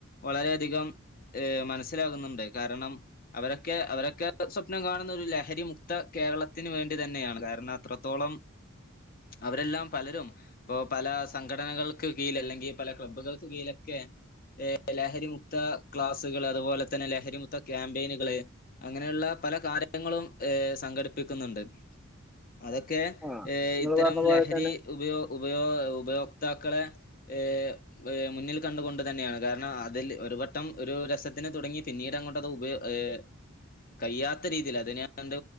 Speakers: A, on the left; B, in the centre.
A: വളരെയധികം ങ് മനസ്സിലാകുന്നുണ്ട് കാരണം അവരൊക്കെ അവരൊക്കെ സ്വപ്നം കാണുന്നൊരു ലഹരി മുക്ത കേരളത്തിന് വേണ്ടി തന്നെയാണ് കാരണം അത്രത്തോളം അവരെല്ലാം പലരും ഇപ്പോ പലാ സംഘടനകൾക്ക് കീഴലല്ലെങ്കി പല ക്ലബ്ബുകൾക്ക് കീഴിലൊക്കെ ഏ ലഹരിമുക്താ ക്ലാസുകള് അതുപോലെ തന്നെ ലഹരിമുക്ത ക്യാമ്പീനുകള് അങ്ങനെയുള്ള പല കാര്യങ്ങളും ഏ സംഘടിപ്പിക്കുന്ന്ണ്ട് അതൊക്കേ
B: ആ
A: ഏ
B: നിങ്ങൾ
A: ഇത്തരം
B: പറഞ്ഞ പോലെ
A: ലഹരി
B: തന്നെ
A: ഉപയൊ ഉപയോ ഉപയോക്താക്കളെ ങ് ങ് മുന്നിൽ കണ്ടുകൊണ്ട് തന്നെയാണ് കാരണം അതിൽ ഒരു വട്ടം ഒരു രസത്തിന് തുടങ്ങി പിന്നീടങ്ങോട്ടത് ഉപയോ ങ് കയ്യാത്ത രീതിയിൽ അതിനണ്ട്